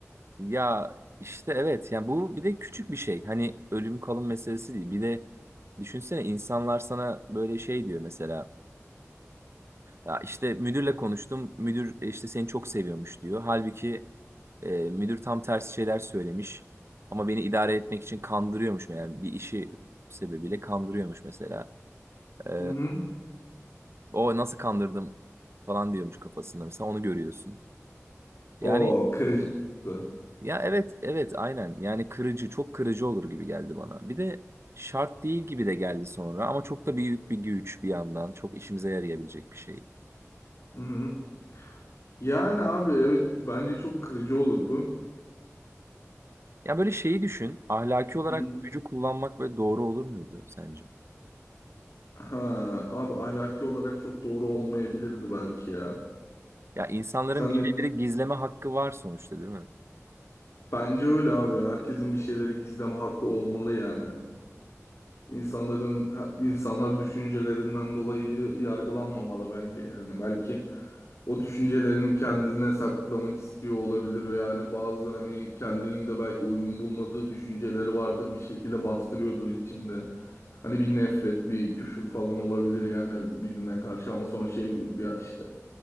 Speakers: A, on the right; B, on the left.
A: Ya işte evet yani bu bir de küçük bir şey. Hani ölüm kalım meselesi değil. Bir de düşünsene insanlar sana böyle şey diyor mesela. Ya işte müdürle konuştum. Müdür işte seni çok seviyormuş diyor. Halbuki Ee, müdür tam tersi şeyler söylemiş. Ama beni idare etmek için kandırıyormuş yani bir işi sebebiyle kandırıyormuş mesela. Ee,
B: Hı hı.
A: o nasıl kandırdım falan diyormuş kafasında mesela onu görüyorsun. Yani
B: O kırıcı olurdu.
A: ya evet evet aynen yani kırıcı çok kırıcı olur gibi geldi bana. Bir de şart değil gibi de geldi sonra ama çok da büyük bir güç bir yandan çok işimize yarayabilecek bir şey.
B: Hı hı. Yani abi evet bence çok kırıcı olurdu.
A: Ya böyle şeyi düşün ahlaki olarak
B: Hı hı.
A: bu gücü kullanmak böyle doğru olur muydu sence?
B: Ha, abi ahlaki olarak çok doğru olmayabilirdi belki ya.
A: Ya insanların
B: Sen
A: bir şeyleri
B: de
A: gizleme hakkı var sonuçta değil mi?
B: bence öyle abi. Herkesin bir şeyleri gizleme hakkı olmalı yani. İnsanların insanlar düşüncelerinden dolayı yargılanmamalı bence. Yani belki o düşüncelerini kendine saklamak istiyor olabilir ve yani bazı hani kendinin de belki uygun bulmadığı düşünceleri vardır bir şekilde bastırıyordur içinde. Hani bir nefret, bir küfür falan olabilir yani birine karşı ama sonra şey diyordur ya işte